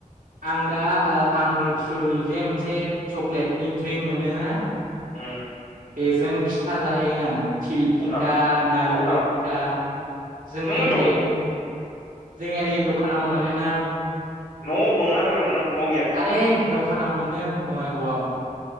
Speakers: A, on the right; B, on the left.
A: आं दा ओ आमुल थ्रुनि जे मोनसे चक्लेटनि ड्रिंक मोनो ना?
B: उम
A: बेजों फिथा जाहैगोन आं। थिल
B: सोरनाव
A: फिथा नारिखल
B: सोरनाव
A: फिथा जोंनि
B: नों बबाव
A: होरै
B: दं
A: जों ओरै दखानाव मोनो ना
B: न' न'आव दंना बबाव दं नों न'आव गैया
A: आरे दख दखानाव मोनो बङाइगावआव